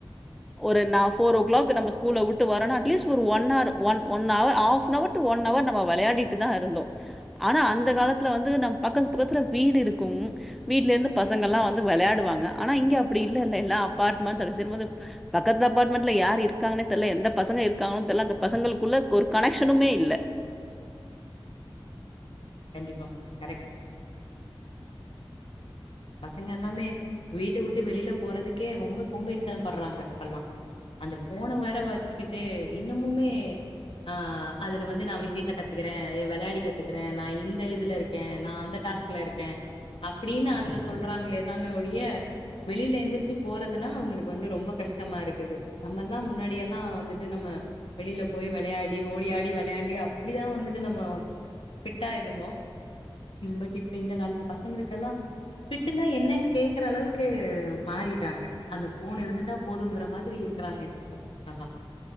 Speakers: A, in the centre; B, on the left (about 80°).
A: ஒரு ந ஃபோர் ஓ கிளாக் நம்ப ஸ்கூல உட்டு வரனா அட்லீஸ்ட் ஒரு one or one one hour half an hour one hour நம்ம வெளையாடிட்டு தா இருந்தோ ஆனா அந்த காலத்துல வந்து நம் பக்கத் பக்கத்துல வீடு இருக்கு வீட்ல இருந்து பசங்கெல்லா வந்து வெளையாடுவாங்க ஆனா இங்க அப்டி இல்லல்ல எல்லா அப்பார்ட்மெண்ட் வந்துச்சுபோது பக்கத்து அப்பார்ட்மெண்ட்ல யாரு இருக்காகன்னே தெர்ல எந்த பசங்க இருக்காங்கனு தெர்ல அந்த பசங்களுக்குள்ள ஒரு கனெக்ஷனுமே இல்ல
B: கண்டிப்பா மேம் கரெக்ட் பசங்க எல்லாமே வீட்ட விட்டு வெளில போறதுக்கே ரொம்ப சோம்பேரிதனம் பட்றாங்க இப்பல்லா அந்த ஃபோன வேற வச்சுக்கிட்டு இன்னுமுமே ஆ அதுல வந்து நா விஷயத்த கத்துக்கற வெளையாடி கத்துக்கற நா இந்த இதுல இருக்கே நா அந்த டாஸ்க்ல இருக்கே அப்டின்னு அதுல சொல்றாங்களே தானே ஒழிய வெளில எந்திரிச்சு போறதுனா அவுங்களுக்கு வந்து ரொம்ப கஷ்டமா இருக்குது நம்மெல்லா முன்னாடியெல்லா வந்துட்டு நம்ம வெளில போய் வெளையாடி ஓடியாடி வெளாண்டி அப்டிதா வந்துட்டு நம்ம ஃபிட்டா இருந்தோ பட் இப்ப இந்த காலத்து பசங்களுக்கெல்லா ஃபிட்டுனா என்னன்னு கேக்கற அளவுக்கு மாறிட்டாங்க அந்த ஃபோன் இருந்துட்டா போதுங்கற மாதிரி இருக் இருக்கறாங்க இப்ப இருக்க பசங்க எல்லா